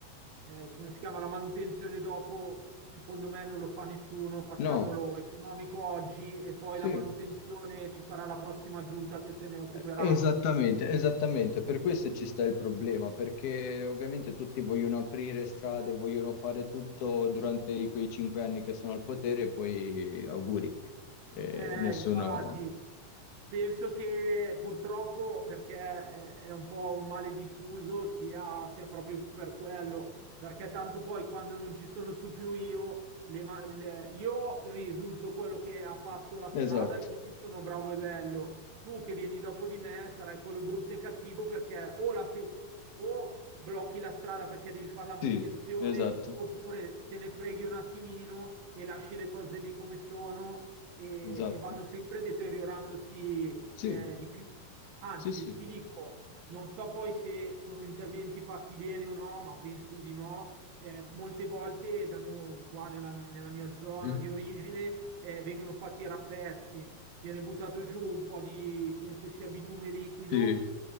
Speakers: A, on the right; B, on the left.
A: eh, come si chiama, la manutenzione dopo, secondo me non lo fa nessuno, facciamolo
B: No,
A: economico oggi e poi
B: sì,
A: la
B: eh,
A: manutenzione ci sarà la prossima giunta che se ne occuperà.
B: esattamente, esattamente. Per questo ci sta il problema, perché ovviamente tutti vogliono aprire strade, vogliono fare tutto durante quei cinque anni che sono al potere e poi auguri. Eh,
A: Eh,
B: nessuno...
A: infatti, penso che purtroppo, perché è è un po' un male diffuso, sia, sia proprio per quello, perché tanto poi quando non ci sono su più io, le ma- le- io risulto quello che ha fatto la strada
B: Esatto.
A: e quindi sono bravo e bello. Tu che vieni dopo di me sarai quello brutto e cattivo perché o, la fe- o blocchi la strada perché devi fare la manutenzione,
B: Sì, esatto,
A: oppure te ne freghi un attimino e lasci le cose lì come sono e,
B: esatto.
A: e vanno sempre deteriorandosi
B: Sì,
A: eh, di più. Anzi,
B: sì, sì.
A: ti dico, non so poi se sono interventi fatti bene o no, ma penso di no. Eh, molte volte da noi, qua nella, nella mia zona
B: Mm,
A: di origine eh, vengono fatti i rappezzi, viene buttato giù un po' di, penso sia bitume liquido,
B: Sì.